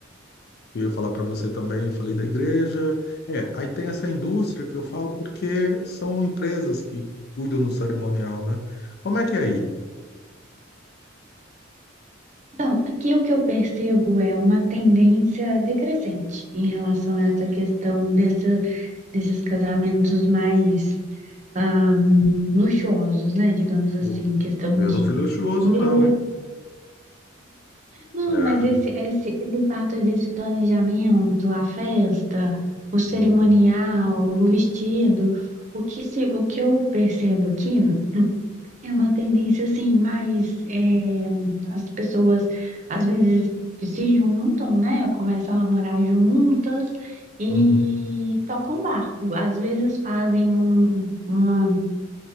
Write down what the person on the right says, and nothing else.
Então, aqui o que eu percebo é uma tendência decrescente em relação a essa questão dessa- desses casamentos mais ah, luxuosos, né? Digamos assim,
questão
de
igreja,
Não,
mas esse, esse, esse fato desse planejamento, a festa, o cerimonial,
o vestido, o que, se, o que eu percebo aqui é uma tendência assim, mais eh, as pessoas às vezes se juntam, né? Começam a morar juntas e
tocam barco. Às vezes fazem um, uma,